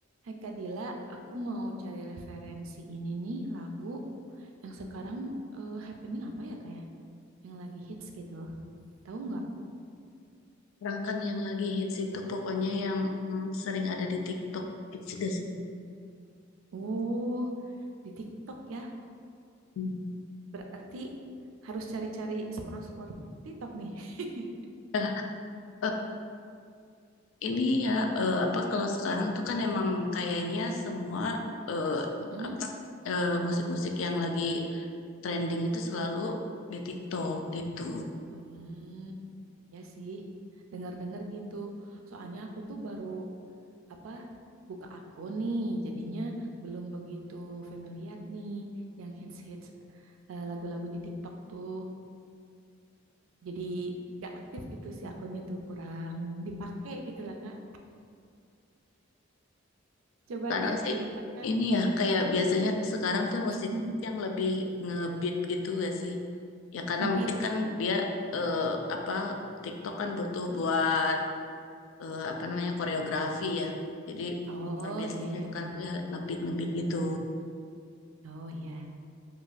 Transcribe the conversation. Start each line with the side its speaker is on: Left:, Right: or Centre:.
Right: Hai Kak Dila, aku mau cari referensi ini nih lagu yang sekarang eh, happening apa ya Kak ya? Yang lagi hits gitu. Tahu nggak?
Left: Rangkan yang lagi hits itu pokoknya yang mm, sering ada di TikTok hits gak sih?
Right: Oh, di TikTok ya.
Left: Hmm.
Right: Berarti harus cari-cari scroll-scroll TikTok nih. <laughs>
Left: Nah, eh, ini ya eh, apa kalau sekarang tuh kan emang kayaknya semua eh,
Right: Mm-mm.
Left: apa eh, musik-musik yang lagi trending itu selalu di TikTok gitu.
Right: Hmm, ya sih. Dengar-dengar gitu. Soalnya aku tuh baru apa buka akun nih, jadinya belum begitu familiar nih yang hits-hits eh, lagu-lagu di TikTok tuh. Jadi gak aktif gitu si akunnya tuh kurang dipakai gitu lah Kak. Coba
Left: Sekarang
Right: nih
Left: sih
Right: dari Kakak
Left: ini ya kayak biasanya tuh sekarang tuh musik
Right: mm,
Left: yang lebih ngebeat gitu gak sih? Ya karena
Right: ngebeat.
Left: mungkin kan dia eh, apa TikTok kan butuh buat eh, apa namanya koreografi ya. Jadi
Right: Oh
Left: eh, biasanya
Right: iya iya
Left: sekarang
Right: bener.
Left: tuh ya ngebeat ngebeat gitu.
Right: Oh iya.